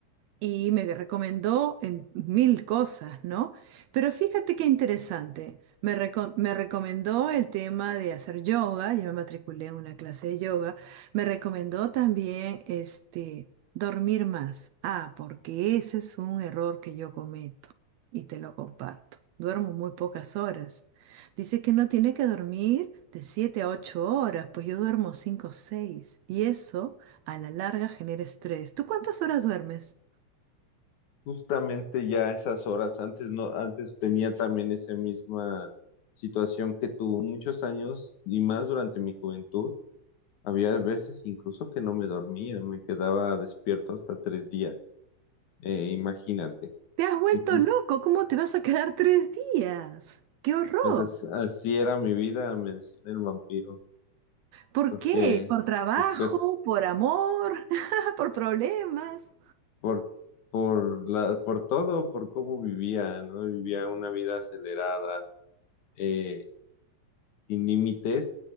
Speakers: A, on the right; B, on the left.
A: y me recomendó en mil cosas, ¿no? Pero fíjate qué interesante. Me, reco- me recomendó el tema de hacer yoga, yo me matriculé en una clase de yoga. Me recomendó también este, dormir más. Ah, porque ese es un error que yo cometo y te lo comparto. Duermo muy pocas horas. Dice que no tiene que dormir de 7 a 8 horas, pues yo duermo 5 o 6 y eso a la larga genera estrés. ¿Tú cuántas horas duermes?
B: Justamente ya esas horas, antes no, antes tenía también esa misma situación que tú, muchos años y más durante mi juventud, había veces incluso que no me dormía, me quedaba despierto hasta tres días, eh, imagínate.
A: Te has vuelto
B: Entonces,
A: loco, ¿cómo te vas a quedar tres días? ¡Qué horror!
B: pues as- así era mi vida, me decían el vampiro,
A: ¿Por
B: porque
A: qué? ¿Por trabajo?
B: pues que es
A: ¿Por amor? <laughs> ¿Por problemas?
B: por, por la, por todo, por cómo vivía, ¿no? Vivía una vida acelerada, eh, sin límites